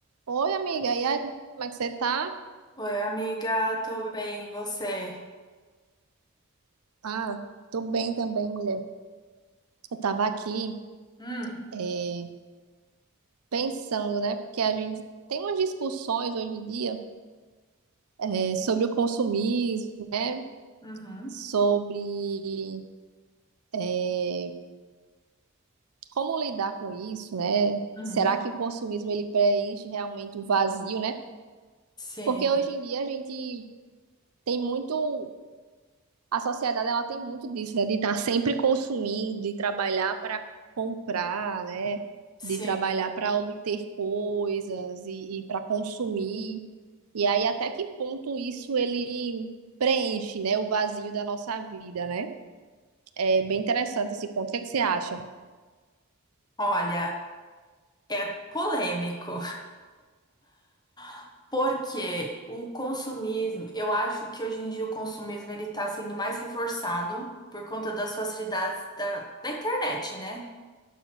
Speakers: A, on the right; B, on the left.
A: Oi, amiga. E aí, como é que você tá?
B: Oi, amiga, tô bem, e você?
A: Ah, tô bem também, mulher. Eu tava aqui,
B: Hum,
A: é, pensando, né? Porque a gente tem umas discussões hoje em dia, é, sobre o consumismo, né?
B: uhum,
A: Sobre, é, como lidar com isso, né?
B: uhum.
A: Será que o consumismo ele preenche realmente o vazio, né?
B: Sim,
A: Porque hoje em dia a gente tem muito. a sociedade ela tem muito disso, né? De estar sempre consumindo, de trabalhar para comprar, né?
B: sim.
A: De trabalhar para obter coisas e, e para consumir. E aí, até que ponto isso ele preenche, né? O vazio da nossa vida, né? É bem interessante esse ponto. O que é que você acha?
B: Olha, é polêmico, <laughs> porque o consumismo, eu acho que hoje em dia o consumismo ele tá sendo mais reforçado por conta das facilidades da, da internet, né?